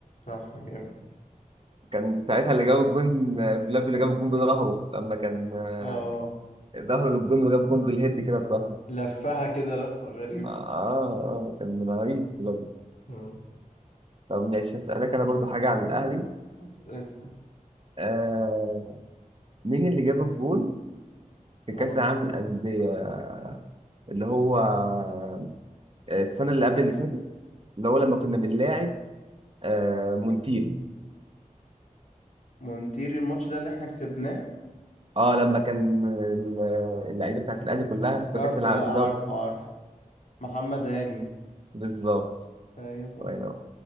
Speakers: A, on the left; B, on the right.
A: صح جامد
B: كان ساعتها اللي جاب الجون آه، فيلاب اللي جاب الجون بظهره لما كان آه،
A: اه
B: ظهره للجون وجاب جون بالهيد كده بظهره
A: لفها كده لفة غريبة
B: اه اه كان من رهيب فيلاب
A: اه
B: طب ماشي اسالك انا برضو حاجه عن الاهلي
A: بس اسأل
B: آه مين اللي جاب الجون في كاس
A: اه
B: العالم للانديه اللي هو آه، السنه اللي قبل اللي فاتت اللي هو لما كنا بنلاعب آه مونتيري
A: مونتير الماتش ده اللي احنا كسبناه
B: اه لما كان ال- اللعيبه بتاعت الاهلي كلها
A: افتكرته
B: في كاس العالم
A: لا
B: في
A: عارفه
B: دوري
A: عارفه محمد هاني
B: بالظبط
A: ايوه صح
B: الله ينور